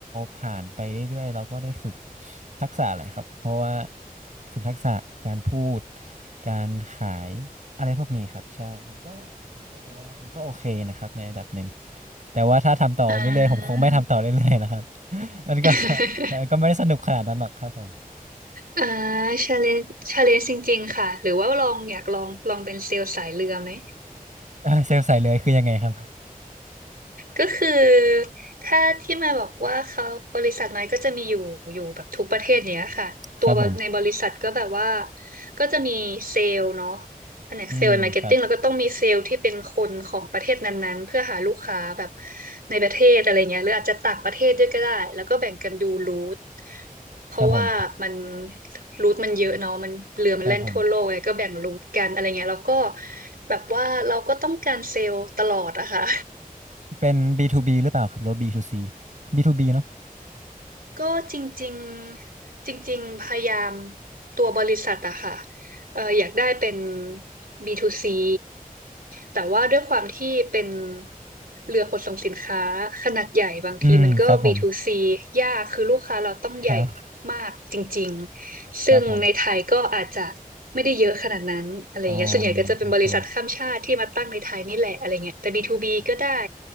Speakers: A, on the right (about 55°); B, on the right (about 80°).
A: ผ่านไปเรื่อยๆเราก็ได้ฝึกทักษะแหละครับเพราะว่าฝึกทักษะการพูดการขายอะไรพวกนี้ครับใช่ผมก็ผมก็เลยว่ามันก็โอเคนะครับในระดับหนึ่งแต่ว่าถ้าทำต่อเรื่อยๆผมคงไม่ทำต่อเรื่อยๆแล้วครับ
B: อ่า
A: <laughs> มันก็
B: <laughs>
A: ใช่มันก็ไม่ได้สนุกขนาดนั้นหรอกครับผม <laughs>
B: อ่า ชาเลนจ์ชาเลนจ์จริงๆ ค่ะ หรือว่าลองอยากลองลองเป็นเซลล์สายเรือไหม
A: เอ่อเซลล์ใส่เลยคือยังไงครับ
B: ก็คือถ้าที่มายบอกว่าเขาบริษัทมายก็จะมีอยู่อยู่แบบทุกประเทศเนี้ยค่ะตัวในบริษัทก็แบบว่า
A: ครับผม
B: ก็จะมีเซลล์เนาะแผนกเซลล์มาร์เก็ตติ้งแล้วก็ต้องมีเซลล์ที่เป็นคนของประเทศนั้นๆเพื่อหาลูกค้าแบบ
A: อืมครับ
B: ในประเทศอะไรเงี้ยหรืออาจจะต่างประเทศด้วยก็ได้แล้วก็แบ่งกันดูรูทเพราะว่ามัน
A: ครับผม
B: รูทมันเยอะเนาะมันเรือมันแล่นทั่วโลกไงก็แบ่งรูทกันอะไรเงี้ยแล้วก็
A: ครับผม
B: แบบว่าเราก็ต้องการเซลล์ตลอดอะค่ะ
A: เป็น B2B หรือเปล่าครับหรือว่า B2C B2B เนาะ
B: ก็จริงๆจริงๆพยายามตัวบริษัทอะค่ะเอออยากได้เป็น B2C แต่ว่าด้วยความที่เป็นเรือขนส่งสินค้าขนาดใหญ่บางทีมันก็
A: อืมครับผม
B: b to c ยากคือลูกค้าเราต้องใหญ่
A: ครับ
B: มากจริงๆซึ่งในไทยก็อาจจะไม่ได้เยอะขนาดนั้นอะไรอย่างเงี้ยส่วนใหญ่ก็จะเป็นบริษัทข้ามชาติที่มาตั้งในไทยนี่แหละอะไรเงี้ยแต่
A: ครับผมอ๋อโอเค
B: B2B ก็ได้